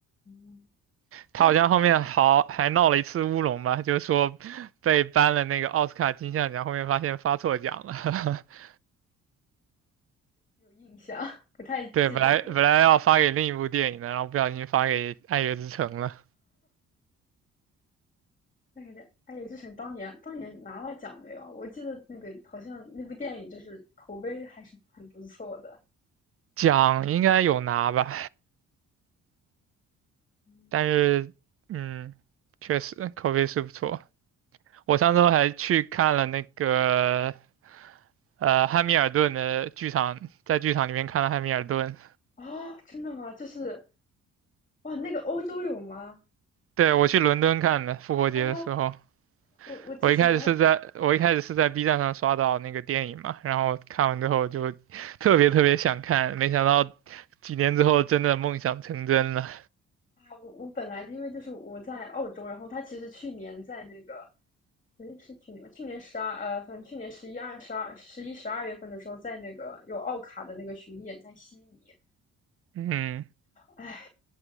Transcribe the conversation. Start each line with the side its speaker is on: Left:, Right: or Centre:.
Left: 嗯，
Right: 他好像后面好还闹了一次乌龙吧，
Left: 那
Right: 就是说被颁了那个奥斯卡金像奖，后面发现发错奖了。<laughs>
Left: 有印象，<laughs> 不太记得了
Right: 对，本来本来要发给另一部电影的，然后不小心发给《爱乐之城》了。
Left: 那个叫哎乐之城当年当年拿了奖没有啊？我记得那个好像那部电影就是口碑还是很不错的。
Right: 奖应该有拿吧，
Left: 嗯，
Right: 但是嗯，确实口碑是不错。我上周还去看了那个呃汉密尔顿的剧场，在剧场里面看了汉密尔顿。
Left: 哦，真的吗？就是哇，那个欧洲有吗？
Right: 对，我去伦敦看的，复活节的时候。
Left: 啊，我我之前
Right: 我一开始是在我一开始是在 B 站上刷到那个电影嘛，然后看完之后就 <laughs> 特别特别想看，没想到几年之后真的梦想成真了。
Left: 啊，我我本来因为就是我在澳洲，然后他其实去年在那个，诶，是去年吧？去年十二呃，反正去年十一、二、十二、十一、十二月份的时候，在那个有奥卡的那个巡演，在悉尼。
Right: 嗯
Left: 唉，